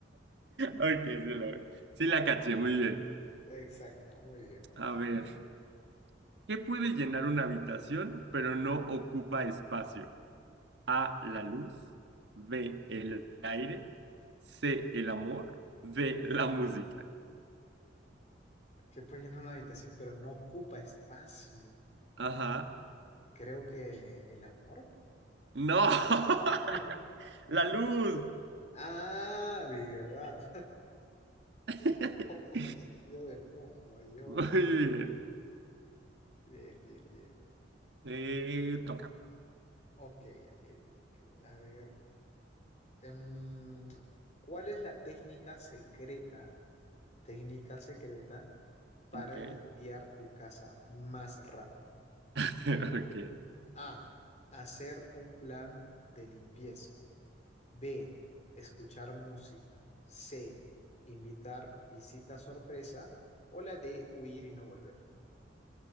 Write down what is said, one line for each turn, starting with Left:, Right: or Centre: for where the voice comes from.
Right: Ok, sí, lo- sí la
Left: ahí-
Right: caché, muy bien.
Left: Exacto. Muy bien, muy
Right: A
Left: bien.
Right: ver, ¿qué puede llenar una habitación pero no ocupa espacio? A, la luz, B, el aire, C, el amor, D, la música.
Left: Que puede llenar una habitación, pero no ocupa espacio.
Right: Ajá.
Left: Creo que el amor.
Right: No, <laughs>
Left: <laughs>
Right: la luz.
Left: Ah, de verdad.
Right: <laughs>
Left: Tiene todo el sentido del mundo. Y yo,
Right: Muy
Left: ta- ta-
Right: bien.
Left: bien, bien, bien, bien.
Right: Eh, toca.
Left: Ok, ok, ok. A ver, em, ¿cuál es la técnica secreta, técnica secreta para
Right: Ok.
Left: limpiar tu casa más rápido?
Right: <laughs> Ok.
Left: A, hacer un plan de limpieza. B, escuchar música. C, invitar visita sorpresa. O la D, huir y no volver.